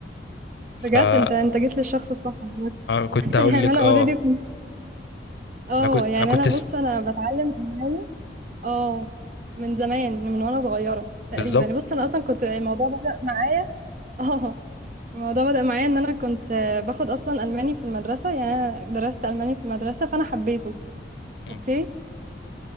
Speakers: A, on the left; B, on the right.
A: فما
B: بجد انت انت جيت للشخص الصح عامة.
A: كنت
B: <laughs>
A: هقول
B: يعني
A: لك
B: انا
A: آه
B: اوريدي كنت اه
A: أنا كنت
B: يعني
A: أنا كنت
B: انا
A: س-
B: بص انا بتعلم الماني اه من زمان من وانا صغيره تقريبا
A: بالظبط
B: بص انا اصلا كنت الموضوع بدأ معايا <laughs> اه الموضوع بدأ معايا ان انا كنت آه، باخد اصلا الماني في المدرسه يعني انا درست الماني في المدرسه فانا حبيته
A: مم.
B: اوكي